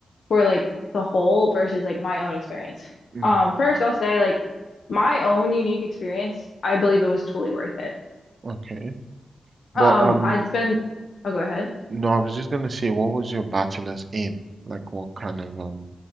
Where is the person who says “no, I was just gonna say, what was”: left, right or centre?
Right